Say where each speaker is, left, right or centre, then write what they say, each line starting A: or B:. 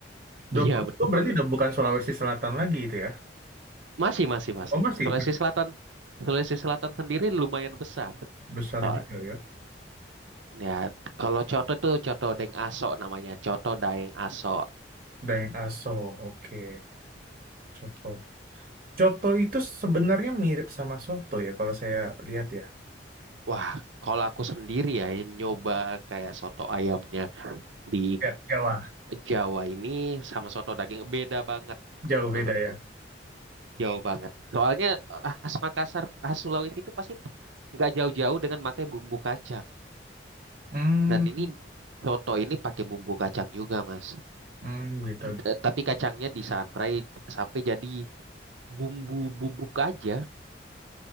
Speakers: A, on the right; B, on the right.
A: <laughs>
B: Dua
A: Iya
B: puluh
A: betul.
B: kilo berarti udah bukan Sulawesi Selatan lagi itu ya?
A: Masih masih masih.
B: Oh, masih?
A: Sulawesi
B: Masih
A: Selatan Sulawesi Selatan sendiri lumayan besar
B: besar
A: soalnya.
B: juga ya?
A: Ya, kalau coto tuh coto Deng Aso namanya, coto Daeng Aso.
B: Dayeng Aso, oke. Coto. Coto itu sebenarnya mirip sama soto ya kalau saya lihat ya.
A: Wah, kalau aku sendiri ya yang nyoba kayak soto ayamnya Di
B: Ya, jauh lah.
A: Jawa ini sama soto daging beda banget
B: Jauh
A: menurutku.
B: beda ya.
A: Jauh banget. Soalnya eh, khas Makassar, khas Sulawesi itu pasti nggak jauh-jauh dengan pakai bumbu kacang.
B: Hmm,
A: Dan ini soto ini pakai bumbu kacang juga, Mas.
B: hmm, gitu
A: D- Tapi kacangnya disantai sampai jadi bumbu bubuk aja.